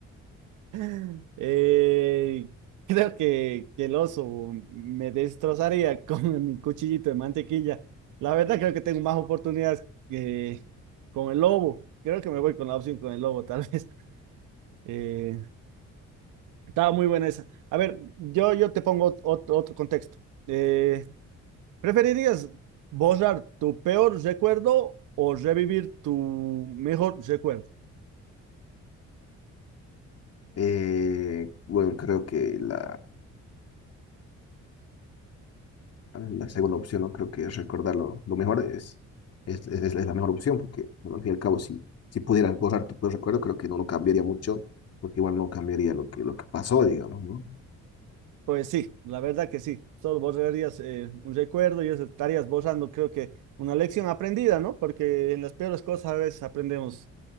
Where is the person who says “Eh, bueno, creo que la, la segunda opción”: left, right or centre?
Left